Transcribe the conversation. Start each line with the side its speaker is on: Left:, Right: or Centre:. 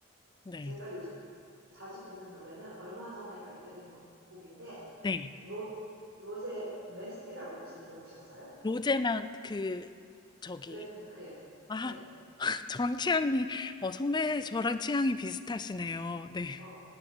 Left: 네.
Right: 제가 요즘 자주 듣는 노래는 얼마 전에 발표된 건 곡인데
Left: 네.
Right: 로 로제 메시라고 혹시 들어보셨어요?
Left: 로제만 그 저기
Right: 블랙핑크의
Left: 아,
Right: 네.
Left: <laughs> 저랑 취향이 어, 선배 저랑 취향이 비슷하시네요. 네.
Right: 어.